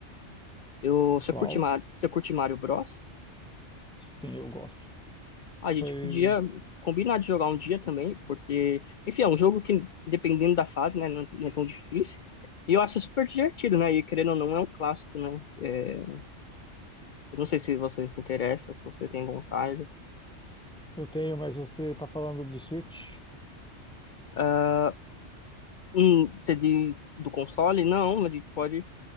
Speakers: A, on the left; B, in the centre.
A: Eu, você
B: Qual?
A: curte Mario, você curte Mario Bros?
B: Sim, eu gosto.
A: A gente
B: Foi.
A: podia combinar de jogar um dia também, porque, enfim, é um jogo que, dependendo da fase, né, não é, não é tão difícil. E eu acho super divertido, né? E querendo ou não, é um clássico, né? É, eu não sei se vocês se interessam, se você tem vontade.
B: Eu tenho, mas você tá falando de Switch?
A: Ah, um CD do console? Não, a gente pode